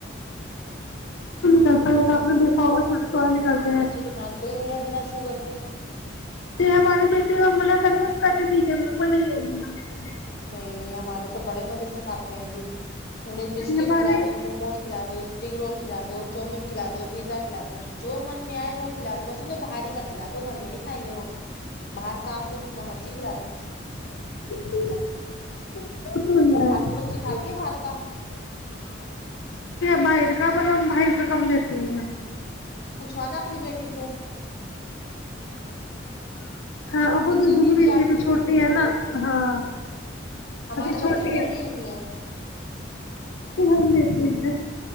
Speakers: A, on the left; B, on the left.
A: کرتا س نے د <unintelligible> پا س
B: جی
A: نکالتے
B: ہمارے
A: ہیں
B: بچے تو مانتے ہی نہیں ہے بنا شوگر کے
A: تو ہمارے بیٹے ہم ر ہو ت جے مک میں نہیں یہ
B: نہیں نہیں ہمارے تو بڑے مزے سے سکھاتے ہیں جی انہیں بسکٹ
A: ہمارے
B: کھلا دو موموز کھلا دو اسپرنگ رول کھلا دو چاؤمین کھلا دو پیزا کھلا دو جو من م میں آئے وہ کھلا دو بس انہیں بھاری کا کھلا دو گھر میں نہیں کھائیں گے وہ باہر کاپہیں جتنا مرضی کھلا دو
A: <unintelligible> <unintelligible> گ بر
B: آپ کی بچی کھاتی ہے باہر کا
A: باہس ر کم دیتی اں
B: پوچھوانا اپنی بیٹی سے
A: اور بہت
B: دودھ
A: ج دب
B: پیتی
A: بھی دیتی
B: آپ
A: ہے کہ
B: کی
A: چھوٹی
B: بھی
A: ہے نا ہاں
B: ہمارے
A: ابھی چھوٹی
B: بچے پیتے ہی نہیں ہیں
A: ہممتینا